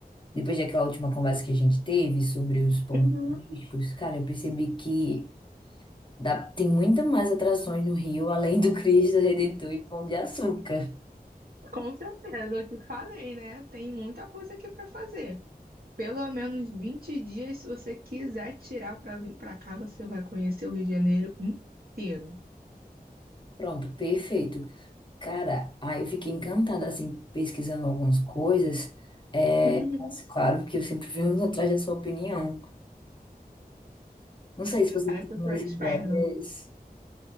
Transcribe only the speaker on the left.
depois daquela última conversa que a gente teve sobre os pontos
turísticos, cara, eu percebi que dá- tem muita mais atrações no Rio, além do Cristo Redentor e Pão de Açúcar.
Pronto, perfeito. Cara, aí eu fiquei encantada, assim, pesquisando algumas coisas. É,
mas claro que eu sempre venho <laughs> atrás da sua opinião. Não sei se você
tem
mais
ideias